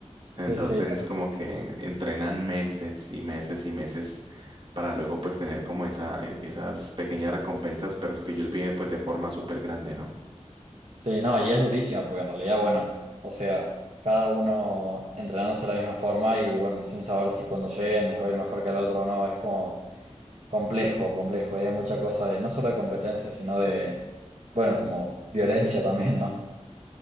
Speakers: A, on the right; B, on the right.
A: Entonces
B: Sí, sí.
A: es como que entrenan meses y meses y meses para luego pues tener como esa, e- esas pequeñas recompensas, pero es que ellos viven pues de forma súper grande, ¿no?
B: Sí, no, y es durísimo porque en realidad, bueno, o sea, cada uno entrenándose de la misma forma y bueno, sin saber si cuando lleguen les va a ir mejor que al otro o no, es como complejo, complejo, y hay mucha cosa de no solo de competencia, sino de, bueno, como violencia <laughs> también, ¿no?